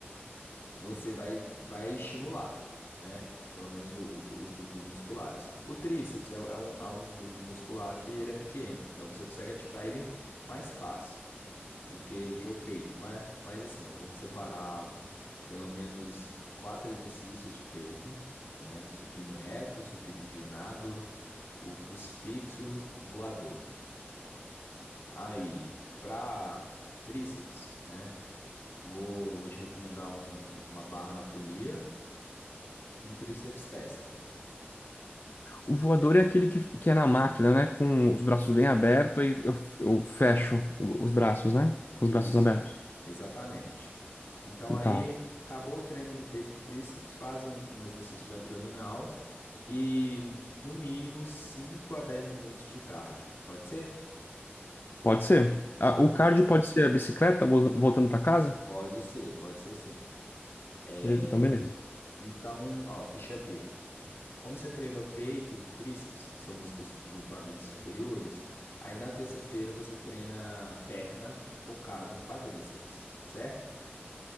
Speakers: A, on the left; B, on the left.
A: você vai, vai estimular, né? Pelo menos o- o gru- os grupos musculares. O tríceps é, é um, é um grupo muscular que ele é pequeno, então você consegue ativar ele mais fácil do que do que o peito. Mas, mas assim, ó, eu vou separar pelo menos quatro exercícios de peito, né? Supino reto, supino inclinado, o crucifixo e voador. Aí, para tríceps, né? Vou, vou te recomendar um- uma barra na polia e um tríceps testa.
B: O voador é aquele que, que é na máquina, né? Com os braços bem abertos, aí eu, eu fecho o- os braços, né? Com
A: Isso,
B: os braços abertos.
A: exatamente. Então aí,
B: tá
A: acabou o treino de peito com tríceps, faz um, um exercício de abdominal e no mínimo 5 a 10 minutos de cardio. Pode ser?
B: Pode ser. Ah,
A: Tá,
B: O cardio pode ser a bicicleta vol- voltando para casa?
A: Pode ser, pode ser sim. É,
B: E- Então, beleza.
A: então, ó, ficha B. Como você treinou peito e tríceps, que são músculos su- grupamentos superiores, aí na terça-feira você treina perna focado em quadríceps, certo?